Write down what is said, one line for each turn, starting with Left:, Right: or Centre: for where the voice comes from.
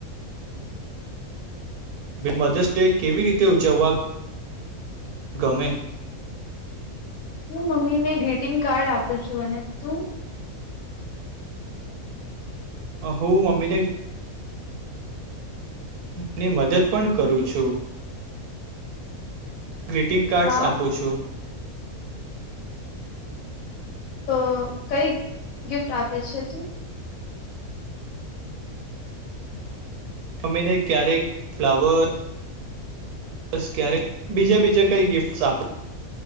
Right: મધર્સ ડે કેવી રીતે ઉજવવા ગમે
Left: હું મમ્મી ને ગ્રીટિંગ કાર્ડ આપું છું અને તું
Right: અ હું મમ્મીને ની મદદ પણ કરું છું. ગ્રીટિંગ કાર્ડ્સ
Left: વાહ
Right: આપું છો.
Left: તો કઈ ગિફ્ટ આપે છે તું
Right: તમેને ક્યારેક ફ્લાવર બસ ક્યારે બીજા બીજા કઈ ગિફ્ટ આ